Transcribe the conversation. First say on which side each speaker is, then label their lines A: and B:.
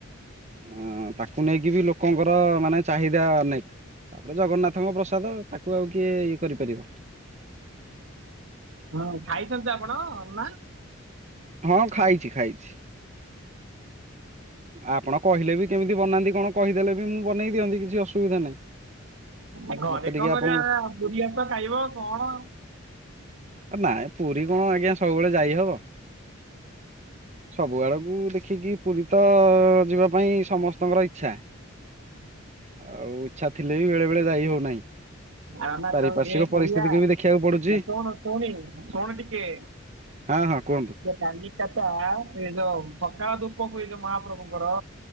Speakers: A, on the right; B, on the right.
A: ହଁ ତାକୁ ନେଇକି ବି ଲୋକଙ୍କର ମାନେ ଚାହିଦା ଅନେକ। ତାପରେ ଜଗନ୍ନାଥଙ୍କ ପ୍ରସାଦ ତାକୁ ଆଉ କିଏ ଇଏ କରିପାରିବ।
B: ହଁ ଖାଇଛନ୍ତି ତ ଆପଣ ନା?
A: ହଁ ଖାଇଛି ଖାଇଛି। ଆପଣ କହିଲେ ବି କେମିତି ବନାନ୍ତି କଣ କହିଦେଲେ ବି ମୁଁ ବନେଇ ଦିଅନ୍ତି କିଛି ଅସୁବିଧା ନାହିଁ?
B: ଏ ଘରେ
A: ମତେ ଟିକେ
B: କଣ
A: ଆପଣଙ୍କୁ
B: କରିବ? ଆସ ଆସ ପୁରୀ ଆସ ଖାଇବ କଣ ଆଉ।
A: ଅ, ନାଇ ପୁରୀ କଣ ଆଜ୍ଞା ସବୁବେଳେ ଯାଇ ହବ? ସବୁ ଆଡକୁ ଦେଖିକି ପୁରୀ ତ ଯିବା ପାଇଁ ସମସ୍ତଙ୍କର ଇଚ୍ଛା। ଆଉ ଇଚ୍ଛା ଥିଲେ ବି ବେଳେ ବେଳେ ଯାଇ ହଉନାହିଁ।
B: ଆ ନା
A: ପାରିପାର୍ଶ୍ଵିକ
B: ତ ଟେ
A: ପରିସ୍ଥିତିକୁ
B: ପଡିଆ
A: ବି ଦେଖିବାକୁ ପଡୁଛି
B: ଶୁଣୁ ଶୁଣି ଶୁଣୁ ଟିକେ।
A: ହଁ ହଁ କୁହନ୍ତୁ।
B: କାଲି କଥା ଏଇ ଯୋଉ ସକାଳ ଧୁଃପ ହୁଏ ଯୋଉ ମହାପ୍ରଭୁଙ୍କର